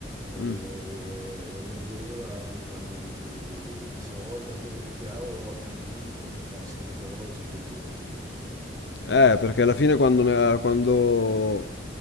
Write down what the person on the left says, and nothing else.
Mm.
Eh, perché alla fine quando, ne- quando-